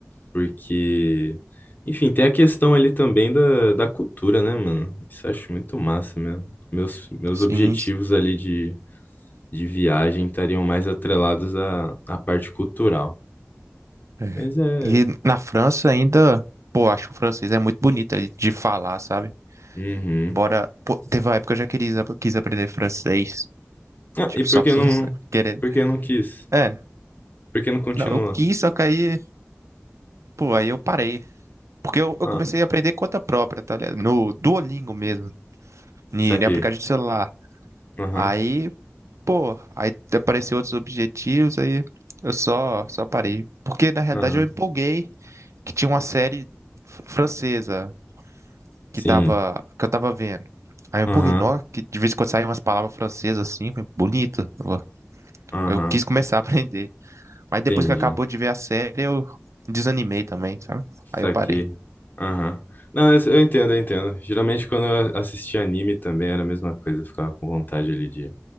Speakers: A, on the left; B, on the right.
A: Porque, enfim, tem a questão ali também da, da cultura, né, mano? Isso eu acho muito massa mesmo. Meus, meus
B: Sim.
A: objetivos
B: sim.
A: ali de, de viagem estariam mais atrelados à, à parte cultural.
B: É.
A: Mas é.
B: E na França ainda, pô, acho que o francês é muito bonito de de falar, sabe?
A: Uhum.
B: Embora, pô, teve uma época que eu já queria, quis aprender francês.
A: Ah,
B: Tipo,
A: e por
B: só
A: que
B: pra
A: não,
B: <laughs> você querer.
A: por que não quis?
B: É,
A: Por que não continua?
B: não, eu quis, só que aí, pô, aí eu parei. Porque eu, eu
A: Ah,
B: comecei a aprender conta própria, tá ligado? No Duolingo mesmo, em
A: saquei.
B: aplicativo de celular.
A: Aham,
B: Aí, pô, aí apareceu outros objetivos, aí eu só, só parei. Porque na realidade
A: aham.
B: eu empolguei que tinha uma série fr- francesa que
A: Sim.
B: tava, que eu tava vendo. Aí eu
A: Aham,
B: empolguei, nó, que de vez em quando saem umas palavras francesas assim, eu falei, bonito. Eu,
A: aham.
B: eu quis começar a <laughs> aprender. Mas depois
A: Entendi.
B: que acabou de ver a série, eu desanimei também, sabe? Aí
A: Saquei.
B: eu parei.
A: Aham. Não, eu, eu entendo, eu entendo. Geralmente quando eu assistia anime também era a mesma coisa, eu ficava com vontade ali de